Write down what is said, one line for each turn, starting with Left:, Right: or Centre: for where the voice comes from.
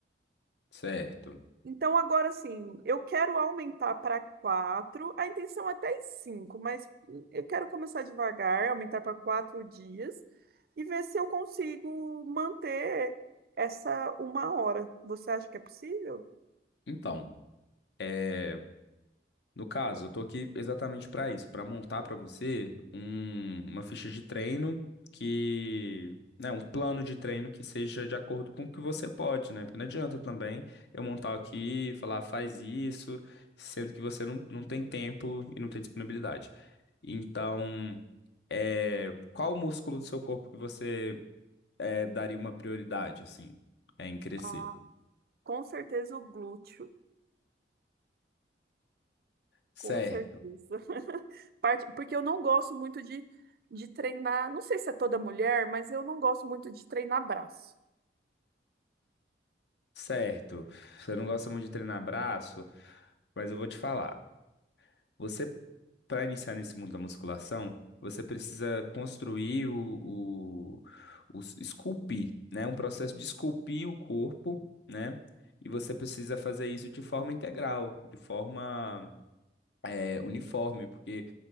Left: certo?
Right: Então, agora sim, eu quero aumentar para quatro. A intenção é até cinco, mas eu quero começar devagar, aumentar para quatro dias e ver se eu consigo manter essa uma hora. Você acha que é possível?
Left: Então, É, no caso, eu tô aqui exatamente para isso, para montar para você um- uma ficha de treino que, né, um plano de treino que seja de acordo com o que você pode, né? Porque não adianta também eu montar aqui, e falar, "Ah, faz isso, sendo que você não, não tem tempo e não tem disponibilidade. Então, é, qual o músculo do seu corpo que você é, daria uma prioridade, assim, é, em crescer?
Right: Ah, com certeza o glúteo,
Left: Certo.
Right: com certeza. <laughs> Parte, porque eu não gosto muito de, de treinar, não sei se é toda mulher, mas eu não gosto muito de treinar braço.
Left: Certo, você não gosta muito de treinar braço, mas eu vou te falar. Você, para iniciar nesse mundo da musculação, você precisa construir o, o, o s- esculpir, né? Um processo de esculpir o corpo, né? E você precisa fazer isso de forma integral, de forma eh, uniforme, porque,